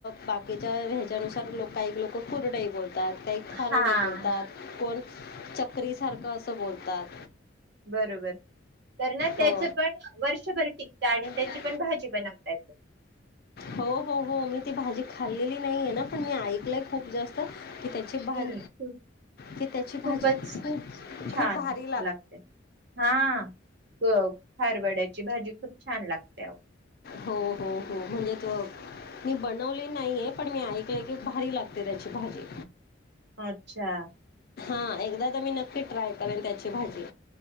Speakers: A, on the left; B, on the right.
A: बाकीच्या ह्याच्यानुसार लोक काही लोक कुरडही बोलतात काही ारोडे
B: हां.
A: बोलतात को चक्रीसारखं असं बोलतात
B: बरोबर तर ना त्याच
A: हो
B: पण वर्षभर टिकत आणि त्याची
A: त्याचं
B: पण भाजी बनवता येत
A: हो हो हो मी ती भाजी खाल्लेली नाही आहे ना पण मी ऐकलं आहे खूप जास्त की त्याची भाज
B: अच्
A: की त्याची भाजी
B: खूपच
A: खूप
B: छान
A: खूप भारी
B: लागते हा खारवड्याची भाजी खूप छान लागते
A: हो हो हो म्हणजे त मी बनवली नाही आहे पण मी ऐकलंय की भारी लागते त्याची भाजी
B: अच्छा
A: ह एकदा तर मी नक्की ट्राय करेन त्याची भाजी